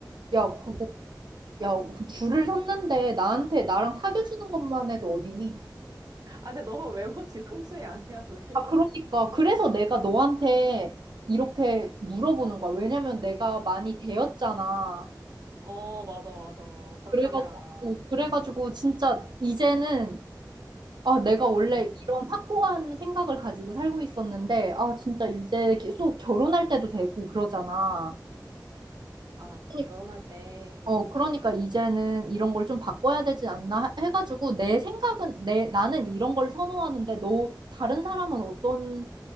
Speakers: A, on the right (about 80°); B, on the right (about 60°).
A: 야 그거
B: 응.
A: 야 줄을 섰는데 나한테 나랑 사귀어주는 것만 해도 어디니?
B: 아, 근데 너무 외모 지상주의 아니야, 우리?
A: 아 그러니까 그래서 내가 너한테 이렇게 물어보는 거야. 왜냐면 내가 많이 되었잖아.
B: 어, 맞아, 맞아. 어떡하냐.
A: 그래가지고 그래가지고 진짜 이제는 아, 내가 원래
B: 응, 응.
A: 이런 확고한 생각을 가지고 살고 있었는데, 아, 진짜 이제 계속 결혼할 때도 되고 그러잖아.
B: 아,
A: 그러니-
B: 결혼할 때,
A: 어,
B: 음.
A: 그러니까 이제는 이런 걸 좀 바꿔야 되지 않나 해- 해가지고, 내 생각은, 내, 나는 이런 걸 선호하는데, 너, 다른 사람은 어떤